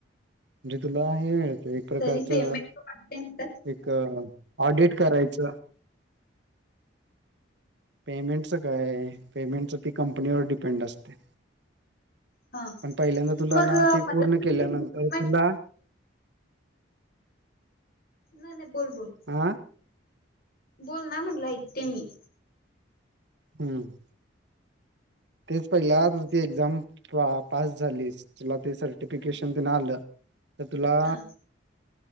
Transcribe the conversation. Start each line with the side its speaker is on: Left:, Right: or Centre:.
Right: म्हणजे तुला हे मिळते. प्रकारचं
Left: तरी पेमेंट
Right: एक ऑडिट करायच पेमेंटचं काय? पेमेंटच ती कंपनीवर डिपेंड असते.
Left: हा
Right: पण पहिल्यांदा तुला
Left: मग
Right: ना ते
Left: मला
Right: पूर्ण
Left: पण
Right: केल्यानंतर
Left: हे नाही
Right: तुला
Left: नाही बोल बोल.
Right: आ
Left: बोल ना म्हटलं ऐकते मी.
Right: हम्म. तेच पहिला तुझ
Left: हम्म
Right: ती एक्झाम पास झालीस तिला ते सर्टिफिकेशन
Left: हम्म
Right: तेन आल तर तुला
Left: हा